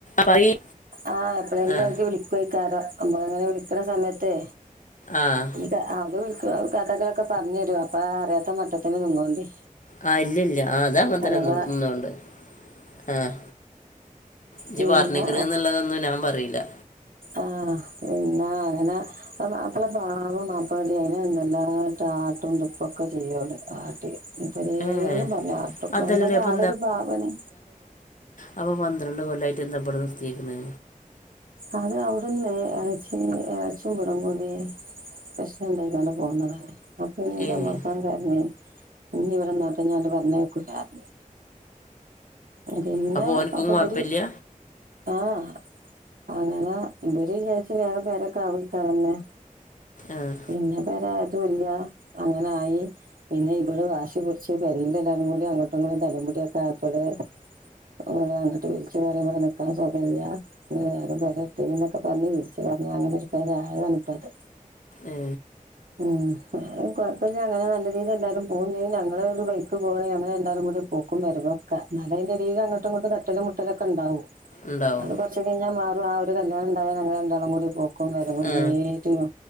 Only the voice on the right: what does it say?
ആഹ് എപ്പളെങ്കിലു
അൻക്ക് വിളിക്ക്വയ്ക്കാരം നമ്മള്ങ്ങനെ വിളിക്കണ സമയത്തെ.
ത അത് വിൾക്കു കഥകളൊക്കെ പർഞ്ഞരു അപ്പൊ അറിയാത്ത മട്ടത്തിന് നിന്നോണ്ടി.
അഥവാ
പിന്നെ
ആഹ് പിന്നാ അങ്ങന. ആ മാപ്പ്ള പാവം മാപ്പ്ളടീ അയിനെ എല്ലാട്ട് ആട്ടും തുപ്പൊക്കെ ചെയ്യോള് ആട്ടി. പലേതും
പർഞ്ഞാട്ടും
എന്തലും
ആളൊരു പാവണ്.
അത് അവ്ടന്നേ എളച്ചി എളച്ചിം ബളും കൂടി. പ്രശ്നണ്ടയിക്കാണ്ട് പോന്നതാണെ. അപ്പഞ്ഞിന്റമ്മോസാകർഞ്
ഇഞ്ഞിവിടെന്നോട്ടെ ഇഞ്ഞട്ട് പർഞ്ഞയ്ക്കൂലാർഞ്ഞ്. അ പിന്ന
അപ്പവര്
ആഹ്. അങ്ങനെ ഇവര് വിജാര്ച്ച് വേഗം പെരൊക്കാവുയ്ക്കാരന്ന്.
പിന്നെ പെരായതൂല്ല അങ്ങനായി പിന്നെ ഇവള് വാശി പുട്ച്ച്. എ പെരീല് എല്ലാരുംകൂടി അങ്ങോട്ടുങ്ങോട്ടും തല്ലും പുടിയൊക്കെ ആയപ്പള്. ഓല് അങ്ങട്ട് വിൾച്ചു പറയ വടെ നിക്കാൻ സ്ഥലല്ല. ഇപ്പം പെരെട്ത്തിന്നൊക്കെ പർഞ്ഞ് വിൾച്ചതാണ് അങ്ങനെരു പെര ആയതാണ്പ്പത്.
ഉം എങ്ങനായാലും കൊയപ്പല്ല അങ്ങനെ നല്ല രീതി എല്ലാരും പോവും ചെയ്യും ഞങ്ങളൊരു വയ്ക്ക് പോവാണെങ്കി ഞങ്ങള് രണ്ടാളും കൂടി. പോക്കും വരവൊക്കെ ഇന്നാലയിന്റെടീലങ്ങട്ടു ഇങ്ങട്ടു തട്ടലും മുട്ടലൊക്കെണ്ടാവും
അത് മ ച്ചെ കയ്ഞ്ഞാ മാറും ആ ഒരു കല്യാണണ്ടായാ ഞങ്ങള് രണ്ടാളും കൂടി പോക്കും വരവും
രേ ട്ടീനു